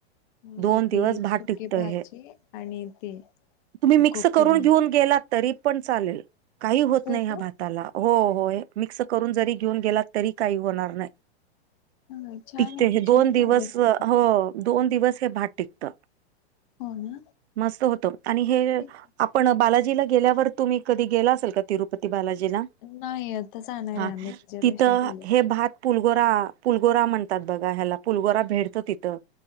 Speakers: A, on the left; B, on the right.
A: म्हणजे
B: दोन दिवस
A: ती
B: भात
A: सुकीे
B: टिकत हे
A: भाजी आणि ते
B: तुम्ही मिक्स
A: कोकम
B: करून घेऊन गेला तरी पण चालेल, काही होत
A: हो
B: नाही ह्या
A: का
B: भात भाताला, हो मिक्स करून जरी घेऊन गेला तरी काही होणार नाय.
A: ह छान
B: टिकते,
A: आहे
B: हे
A: की
B: दोन
A: छान
B: दिवस
A: आहे रेसिपी
B: हो दोन दिवस हे भात टिकत,
A: हो ना
B: मस्त होत, आणि हे
A: ठीक आहे
B: पण बालाजीला गेल्यावर तुम्ही कधी गेला असेल का तिरुपती बालाजीला?
A: नाही आताच जाणार
B: हा,
A: आहे आम्ही रिझर्वेशन
B: तिथं
A: केलं
B: हे भात पुलगोरा, पुलगोरा म्हणतात बघा ह्याला पुलगोरा भेटतं तिथं.